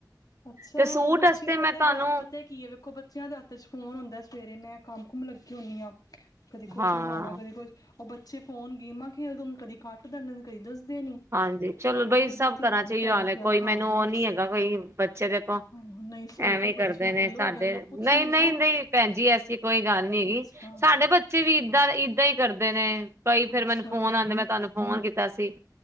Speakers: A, on the left; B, on the right.
A: ਅੱਛਾ
B: ਤੇ ਸੂਟ
A: ਉਹ ਬੱਚੇ
B: ਵਾਸਤੇ
A: ਪਤਾ
B: ਮੈਂ ਤੁਹਾਨੂੰ
A: ਗੱਲ ਪਤਾ ਕੀ ਏ ਵੇਖੋ ਬੱਚਿਆਂ ਦੇ ਹੱਥ ਚ ਫੋਨ ਹੁੰਦਾ ਸਵੇਰੇ ਮੈਂ ਕੰਮ ਕੁਮ ਲੱਗੀ ਹੁੰਨੀ ਆ। ਕਦੀ ਕੁਛ
B: ਹਾਂ
A: ਬਣਾਣਾ ਕਦੀ ਕੁਛ ਉਹ ਬੱਚੇ ਫੋਨ ਗੇਮਾਂ ਖੇਡਦੇ ਕਦੀ ਕੱਟ ਦਿੰਦੇ ਕਦੀ ਦੱਸਦੇ ਨੀ।
B: ਹਾਂਜੀ ਚਲੋ
A: ਉਹ
B: ਬਈ
A: ਕਦੇ
B: ਸਭ
A: ਧਿਆਨ
B: ਕਰਨਾ ਚਾਹੀਦਾ
A: ਪੈ ਗਿਆ
B: ਕੋਈ
A: ਹਾਂ
B: ਮੈਨੂੰ ਉਹ
A: ਬਸ
B: ਨੀ ਹੈਗਾ ਕੋਈ ਬੱਚੇ ਦੇ
A: ਹਾਂ ਨਹੀਂ ਸੋਰੀ
B: ਐਵੇਂਈ
A: ਬੱਚਿਆਂ
B: ਕਰਦੇ ਨੇ
A: ਵੱਲੋਂ
B: ਸਾਡੇ
A: ਅਗਰ ਮੈਂ ਪੁੱਛਣੀ
B: ਨਈ ਨਈ
A: ਆ
B: ਨਈ ਭੈਣ ਜੀ ਐਸ ਕੋਈ ਗੱਲ ਨੀ ਹੈਗੀ
A: ਅੱਛਾ
B: ਸਾਡੇ ਬੱਚੇ ਬੱਚੇ ਵੀ ਏਦਾਂ ਇਏਦਾਂ ਹੀ ਕਰਦੇ ਨੇ ਕਈ ਫੇਰ
A: ਅੱਛਾ
B: ਮੈਨੂੰ ਫੋਨ ਆਂਦੇ ਮੈਂ ਤੁਹਾਨੂੰ ਫੋਨ ਕੀਤਾ ਸੀ।